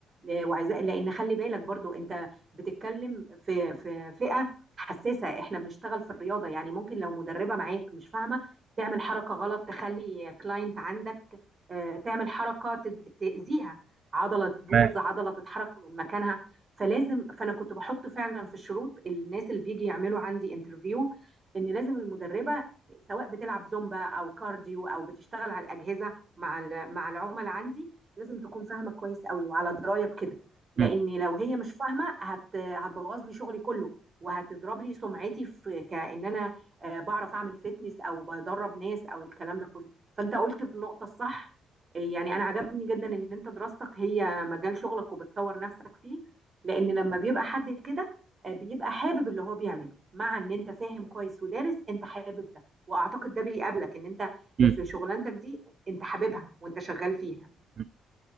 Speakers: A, on the right; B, on the right.
A: آه، وعايزاه لان خلي بالك برضو انت بتتكلم في في فئه حساسه احنا بنشتغل في الرياضه يعني ممكن لو مدربه معاك مش فاهمه تعمل حركه غلط تخلي كلاينت عندك آه تعمل حركه تد- تاذيها عضله تبوظ
B: ما
A: عضله تتحرك من مكانها فلازم فانا كنت بحط فعلا في الشروط الناس اللي بيجي يعملوا عندي انترفيو ان لازم المدربه سواء بتلعب زومبا او كارديو او بتشتغل على الاجهزه مع ال- مع العملاء عندي لازم تكون فاهمه كويس قوي وعلى درايه بكده لان
B: م-
A: لو هي مش فاهمه هت هتبوظ لي شغلي كله وهتضرب لي سمعتي في كأن انا آه، بعرف اعمل فيتنس او بدرب ناس او الكلام ده كله فانت قلت النقطه الصح يعني انا عجبني جدا ان انت دراستك هي مجال شغلك وبتطور نفسك فيه لان لما بيبقى حد كده آه، بيبقى حابب اللي هو بيعمله مع ان انت فاهم كويس ودارس انت حابب ده واعتقد ده بيقابلك ان انت
B: م-
A: في شغلانتك دي انت حاببها وانت شغال فيها
B: م-